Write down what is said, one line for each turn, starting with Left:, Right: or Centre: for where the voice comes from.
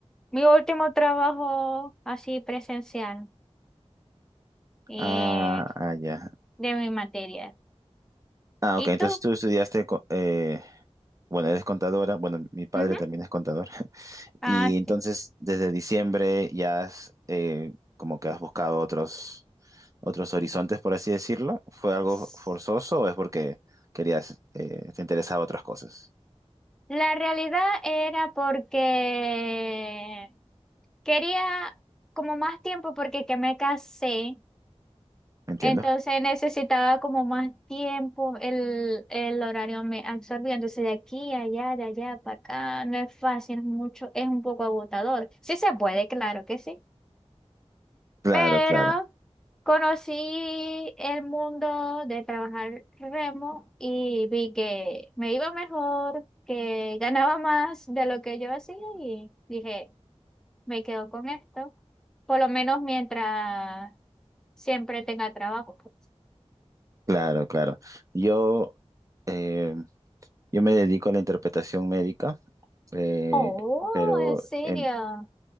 Centre: mi último trabajo así presencial eh,
Right: ah, ah, ya.
Centre: de mi materia.
Right: Ah,
Centre: ¿Y
Right: ok, entonces
Centre: tú?
Right: tú estudiaste, co- eh, bueno, eres contadora, bueno, mi padre
Centre: Ujú.
Right: también es contador, <laughs>
Centre: Ah,
Right: y entonces desde diciembre ya has, eh, como que has buscado otros, otros horizontes, por así decirlo. ¿Fue algo
Centre: sí.
Right: forzoso o es porque querías, eh, te interesaba otras cosas?
Centre: La realidad era porque quería como más tiempo porque que me casé,
Right: Entiendo.
Centre: entonces necesitaba como más tiempo, el, el horario me absorbía, entonces de aquí a allá, de allá para acá, no es fácil, es mucho, es un poco agotador. Sí se puede, claro que sí,
Right: Claro,
Centre: pero
Right: claro,
Centre: conocí el mundo de trabajar remo y vi que me iba mejor, que ganaba más de lo que yo hacía y dije, me quedo con esto, por lo menos mientras siempre tenga trabajo. pues.
Right: claro, claro. Yo, eh, yo me dedico a la interpretación médica, eh,
Centre: Oh,
Right: pero
Centre: ¿en serio?
Right: en,